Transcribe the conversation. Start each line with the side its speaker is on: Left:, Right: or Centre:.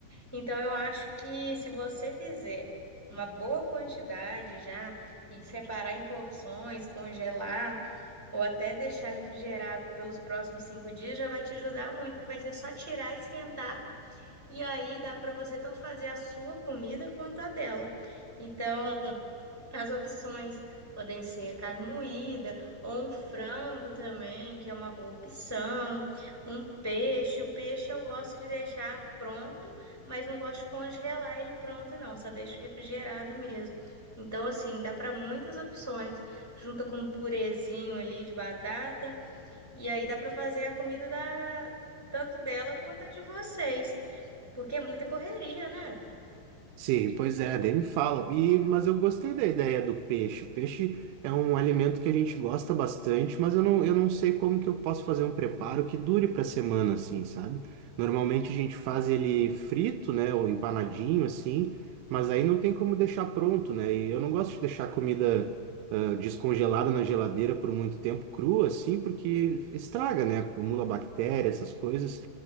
Centre: Então, eu acho que se você fizer uma boa quantidade já e separar em porções, congelar ou até deixar refrigerado pelos próximos cinco dias, já vai te ajudar muito, que vai ser só tirar, esquentar e aí dá para você tanto fazer a sua comida quanto a dela. Então, as opções podem ser carne moída ou um frango também, que é uma boa opção. Um peixe. O peixe eu gosto de deixar pronto, mas não gosto de congelar ele pronto, não. Só deixo refrigerado mesmo. Então, assim, dá para muitas opções. Junta com um purezinho ali de batata. E aí dá para fazer a comida da... tanto dela quanto a de vocês. Porque é muita correria, né?
Right: Sim, pois é, daí me fala. E, mas eu gostei da ideia do peixe. O peixe é um alimento que a gente gosta bastante, mas eu não, eu não sei como que eu posso fazer um preparo que dure para semana, assim, sabe? Normalmente a gente faz ele frito, né, ou empanadinho, assim, mas aí não tem como deixar pronto, né? E eu não gosto de deixar comida ah, descongelada na geladeira por muito tempo crua, assim, porque estraga, né? Acumula bactéria, essas coisas.